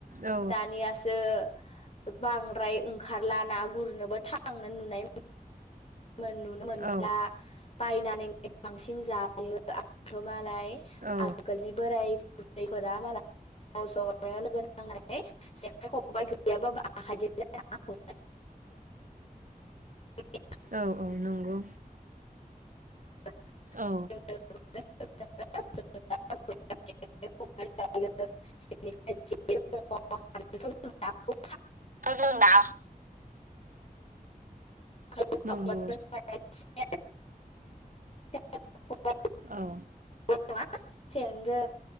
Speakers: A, on the right; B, on the left.
A: औ
B: दानियासो बांद्राय ओंखारला ना गुरनोबो थांनो नुनाय मोन नुनो मोनला
A: औ
B: बायनानै बांसिन जायो आरथ मालाय
A: औ
B: आगोलनि बोराय बुरै फोरा मालाय ज जनो लोगो नांनानै जेखाइ खबायाइ गैयाबाबो आखाइजोंनो ना हम <unintelligible>
A: औ औ नंगौ।
B: <unintelligible>
A: औ
B: <unintelligible> जेखाय खबाय लायो <unintelligible>
A: जों ना
B: <unintelligible> <unintelligible>
A: नंगौ
B: <unintelligible>
A: औ।
B: <unintelligible> सेनजो